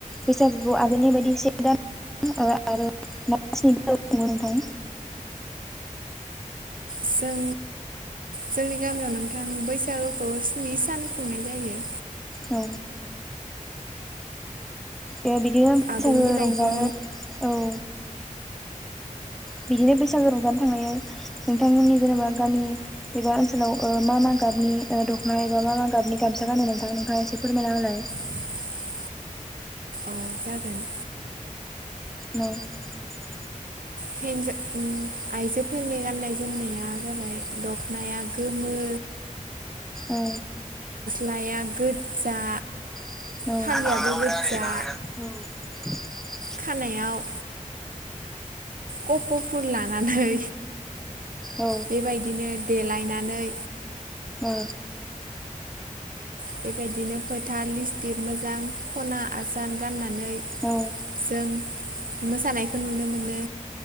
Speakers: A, in the centre; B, on the right.
A: बैसागु खौ आगोलनि बायदि से दान आरो ना स्नि सान खुङो नोंथां?
B: जों जोंनि गामियाव नोंथां बैसागुखौ स्नि सान खुंनाय जायो।
A: औ। ए बिदिनो बैसागो
B: आगोलनि बायदि
A: रंजानो औ बिदिनो बैसागो रंजानो थांनायाव नोंथांमोननि जेनेबा गामि एबा ओनसोलाव ओ मा मा गाबनि दख'ना एबा मा मा गाबनि गामसा गानो नोंथां नोथांआ एसे फोरमायना होलाय
B: <inaudible> औ जागोन।
A: <unintelligible> <unintelligible>
B: हिन्जाव ओम आइजोफोरनि गाननाय जोमनाया जाबाय दख- नाया गोमो।
A: औ।
B: लाया गोजा।
A: औ
B: फालियाबो गोजा
A: औ।
B: खानायाव। कप' फुल लानानै।
A: औ
B: बेबायदिनो देलायनानै।
A: औ।
B: बेबायदिनो फोथा लिस्टि मोजां खना आसार गानना। नै
A: औ
B: जों मोसानायखौ नुनो मोनो।